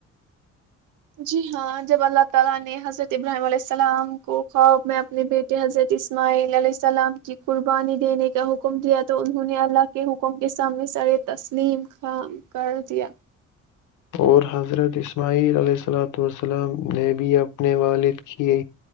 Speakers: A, on the right; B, on the left.
A: جی ہاں جب اللہ تعالی نے حضرت ابراہیم علیہ السلام کو خواب میں اپنے بیٹے حضرت اسماعیل علیہ السلام کی قربانی دینے کا حکم دیا تو انہوں نے اللہ کے حکم کے سامنے سر تسلیم خام کر دیا
B: اور حضرت اسماعیل علیہ اللۃسلم نے بھی اپنے والد کی